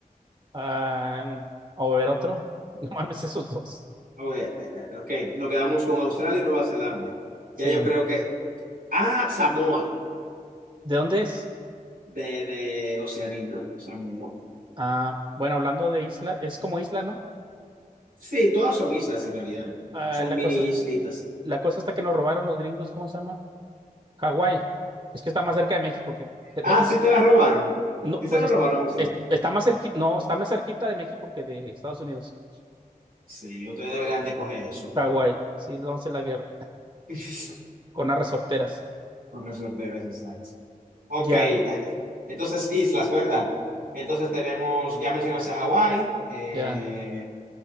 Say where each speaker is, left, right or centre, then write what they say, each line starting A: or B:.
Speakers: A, on the right; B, on the right.
A: Ah, a ver otro. <laughs> No mames, esos dos.
B: Oye, eh, eh, ok, nos quedamos con Australia y Nueva Zelanda.
A: Sí.
B: Ya yo creo que... Ah, Samoa,
A: ¿De dónde es?
B: de, de Oceanía, ¿no? Samoa.
A: Ah, bueno, hablando de isla, es como isla, ¿no?
B: Sí, todas son islas en realidad.
A: Ah,
B: Son
A: la
B: mini
A: cosa,
B: islitas.
A: la cosa está que nos robaron los gringos, ¿cómo se llama? Hawái. Es que está más cerca de México que, que
B: Ah,
A: de ellos.
B: sí te la robaron.
A: No,
B: Sí
A: pues
B: se lo
A: es-
B: robaron a ustedes.
A: es- está más cerquita, no, está más cerquita de México que de Estados Unidos.
B: Sí, ustedes deberían de coger eso, en
A: Está
B: realidad.
A: Sí, vamos a hacer la guerra.
B: <laughs>
A: Con las resorteras.
B: Con resorteras, exacto. Ok,
A: Ya,
B: eh, entonces islas, ¿verdad? Entonces tenemos, ya mencionaste a Hawái, eh,
A: ya.